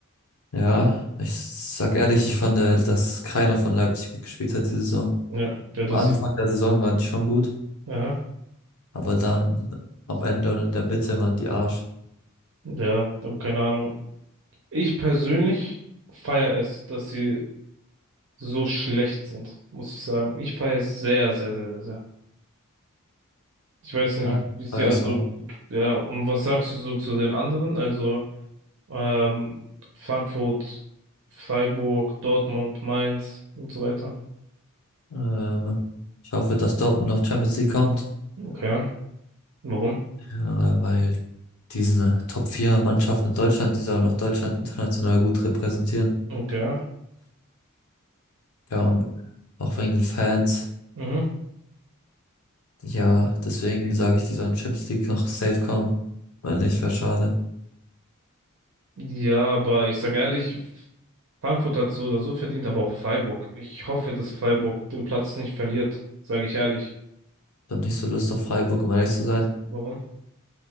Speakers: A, on the left; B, on the right.
A: Ja, ich sag ehrlich, ich fand, äh, dass keiner von Leipzig gut gespielt hat diese Saison.
B: Ja, der das,
A: Am Anfang der Saison waren die schon gut,
B: ja,
A: aber dann am Ende und in der Mitte waren die Arsch.
B: der, ähm, keine Ahnung. Ich persönlich feiere es, dass sie so schlecht sind, muss ich sagen. Ich feiere es sehr, sehr, sehr, sehr, sehr. Ich weiß nicht,
A: Ja,
B: ich sehe
A: war
B: also,
A: es auch.
B: ja, und was sagst du so zu den anderen? Also, Ähm, Frankfurt, Freiburg, Dortmund, Mainz und so weiter.
A: Ähm, ich hoffe, dass Dortmund noch Champions League kommt,
B: Okay. Warum?
A: ja, weil diese top vier mannschaften in Deutschland, die sollen auch Deutschland international gut repräsentieren.
B: Okay.
A: Ja, und auch wegen den Fans.
B: Mhm.
A: Ja, deswegen sage ich, die sollen Champions League noch safe kommen. weil nicht, wäre schade.
B: Ja, aber ich sage ehrlich, Frankfurt hat so oder so verdient, aber auch Freiburg. Ich hoffe, dass Freiburg den Platz nicht verliert, sage ich ehrlich.
A: Ich hab nicht so Lust auf Freiburg, um ehrlich zu sein.
B: Warum?